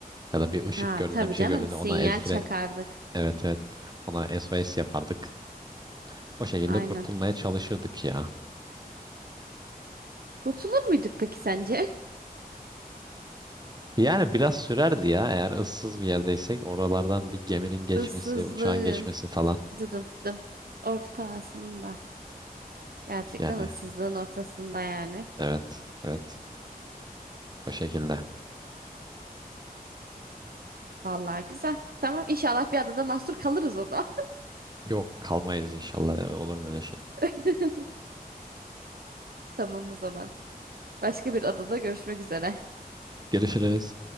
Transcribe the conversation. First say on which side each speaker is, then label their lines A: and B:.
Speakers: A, on the right; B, on the right.
A: ya da bir ışık
B: Ha
A: gördüğünde
B: tabii
A: bir şey
B: canım
A: gördüğünde
B: sinyal
A: ona el fren
B: çakardık.
A: evet evet ona SOS yapardık. O şekilde
B: Aynen.
A: kurtulmaya çalışırdık ya.
B: Kurtulur muyduk peki sence?
A: Yani biraz sürerdi ya eğer ıssız bir yerdeysek oralardan bir geminin
B: <laughs>
A: geçmesi,
B: Issızlığın
A: uçağın geçmesi falan.
B: dıdım dım ortasında. Gerçekten
A: Yani
B: ıssızlığın ortasında yani.
A: evet, evet o şekilde.
B: Vallahi güzel. Tamam inşallah bir adada mahsur kalırız o zaman.
A: Yok kalmayız inşallah olur mu öyle şey.
B: <laughs> Tamam o zaman. Başka bir adada görüşmek üzere.
A: Görüşürüz.